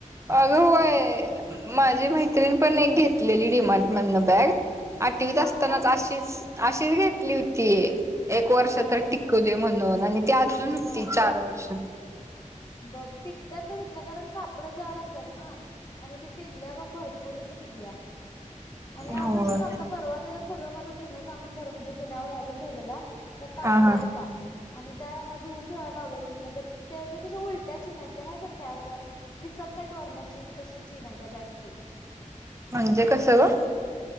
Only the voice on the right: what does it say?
अगं होय माझी मैत्रिण पण एक घेतलेली डि मार्ट मधून बॅग. आठवीत
असतानाच
अशीच अशीच घेतली होती एक वर्ष
तर टिकू दे म्हणून. ते अजून होती
चार वर्ष
होय
हा हा.
म्हणजे कस गं